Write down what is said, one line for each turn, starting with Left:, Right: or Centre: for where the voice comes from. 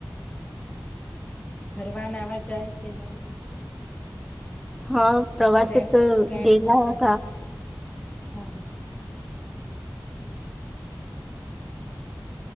Left: ફરવાનવા જાય કે નહી
Centre: હા પ્રવાસે
Left: ફરે
Centre: તો
Left: ફ્રેન્ડ
Centre: ગેલા
Left: સાથે
Centre: હતા
Left: હા